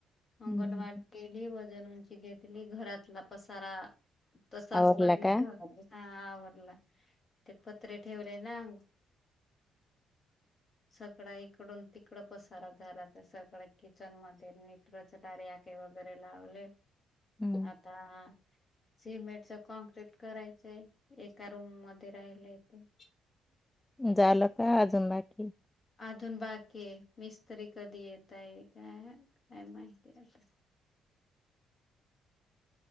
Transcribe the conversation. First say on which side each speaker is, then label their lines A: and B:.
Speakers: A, on the left (about 35°); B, on the left (about 15°).
A: अंगनवाडी
B: हम्म
A: केली बंद जणूंची घेतली घरातला पसारा. तसाच
B: आवरला
A: पडलेलं
B: का?
A: हां आवरला ते पत्रे ठेवलेय ना मग सगळ इकडून तिकड पसारा झाला त्या सगळ्या किचन मध्ये नीट <unintelligible> वगैरे लावले.
B: हम्म
A: आता सिमेंटच कॉनक्रीट करायचंय एका रूम मध्ये राहिलंय ते.
B: झालं का अजून नाही?
A: अजून बाकी आहे. मिस्त्री कधी येतय काय काय माहिती आता.